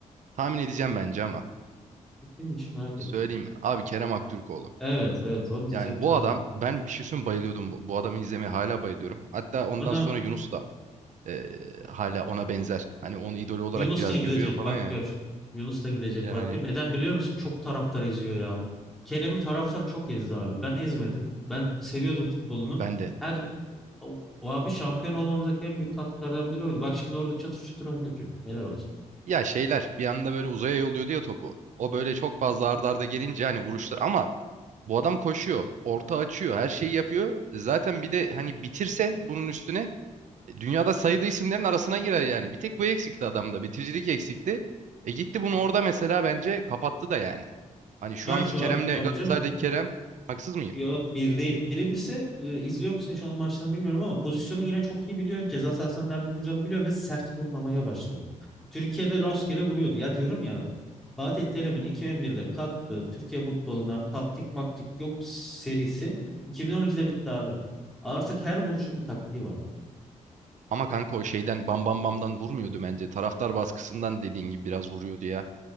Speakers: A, on the right; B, in the centre.
A: Tahmin edeceğim bence ama.
B: E, Kimmiş merak
A: Söyleyeyim
B: ettim.
A: mi? Abi Kerem Aktürkoğlu.
B: Evet evet onu diyeceğim
A: Yani
B: tahmin
A: bu adam
B: ettim.
A: ben bir şey söyleyeyim mi? bayılıyordum. Bu, bu adamı izlemeye hala bayılıyorum. Hatta ondan
B: Bana
A: sonra Yunus da eee, hala ona benzer. Hani onu idol olarak
B: Yunus
A: biraz
B: da gidecek
A: görüyor falan
B: bak
A: ya.
B: gör. Yunus da gidecek
A: Yani
B: bak gör. Neden biliyor musun? Çok taraftar eziyor ya. Kerem'i taraftar çok ezdi abi. Ben ezmedim. Ben seviyordum futbolunu.
A: ben de.
B: Her o, o abi şampiyon olmamızdaki en büyük katkılardan biri oydu. Bak şimdi orada çatır çutur oynuyor çocuk. Helal olsun.
A: Ya şeyler bir anda böyle uzaya yolluyordu ya topu. O böyle çok fazla arda arda gelince hani vuruşlar ama bu adam koşuyor, orta açıyor, her şeyi yapıyor. Zaten bir de hani bitirse bunun üstüne Dünyada sayılı isimlerin arasına girer yani. Bir tek bu eksikti adamda. Bitiricilik eksikti. E gitti bunu orada mesela bence kapattı da yani. Hani şu
B: Ya
A: anki
B: şu
A: Kerem'le
B: an Tabii
A: Galatasaray'daki
B: canım.
A: Kerem haksız mıyım?
B: Yok bir değil. Birincisi e, izliyor musun hiç onun maçlarını bilmiyorum ama pozisyonu yine çok iyi biliyor. Ceza sahasının nerede duracağını biliyor ve sert vurmamaya başladı. Türkiye'de rastgele vuruyordu. Ya diyorum ya Fatih Terim'in 2001'de kattığı Türkiye futboluna taktik maktik yok serisi 2012'de bitti abi. Artık her vuruşu bir taktiği var.
A: Ama kanka o şeyden bam bam bamdan vurmuyordu bence. Taraftar baskısından dediğin gibi biraz vuruyordu ya.